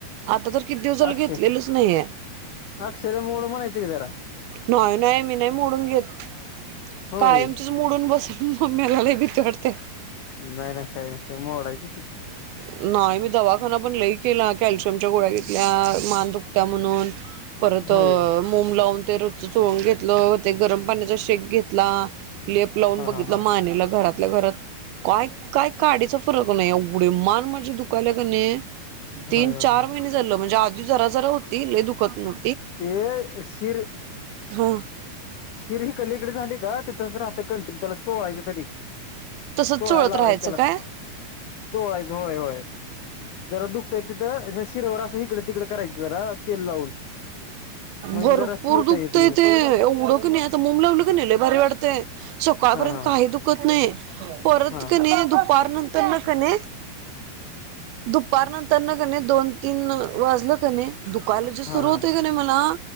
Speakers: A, on the right (about 80°); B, on the left (about 70°).
A: आता तर किती दिवस झालं
B: अक्षय-
A: घेतलेलंच नाहीये.
B: अक्षयला मोड म्हणायच की जरा.
A: नाही - नाही मी नाही मोडून घेत
B: होय
A: कायमचीच मोडून बसेल मम्मीला रडते.
B: नाही - नाही काही नसतय मोडायच की
A: <inaudible> नाही मी दवाखाना पण लई केला कॅल्शियमच्या गोळ्या घेतल्या मान दुखत्या म्हणून. परत
B: होय
A: मोम लावून ते रोजच चोळून घेतलं, ते गरम पाण्याचा शेक घेतला. लेप लावून
B: हा
A: बघितलं
B: हा हा
A: मानेला घरातल्या घरात काय- काय काडीचा फरक नाही अवो एवढी मान माझी दुखाल्या कीनई तीन
B: हा
A: चार
B: हा
A: महिने झालं म्हणजे आग जरा जरा होती लई दुखत न्ह
B: ए शीर
A: हा
B: शिर हिकडली ईकडे झाली का ते तिसंच राहतय त्याला चोळायचं तढी.
A: तसच
B: चोळायला
A: चोळत
B: लावायच
A: राहायचं
B: त्याला,
A: काय
B: चोळायच होय- होय. जरा दुखतय तिथं ह्या शिरवर असं हिकडं तिकडं करायचं जरा तेल लावून. म्हणजे
A: भरपूर
B: जरा ठेवता
A: दुखतय
B: येते
A: ते एवढं की नाही आता मोम लावलं की नाही लय भारी वाटतेय. सकाळपर्यंत
B: हा हा
A: काही दुखत नाही परत
B: हा
A: की नाही दुप पार नंतर न कनै, दुपार नंतर न कनै दोन तीन अं वाजलं का नाही दुखायला जे सुरू
B: हा हा
A: होतय की नाही मला,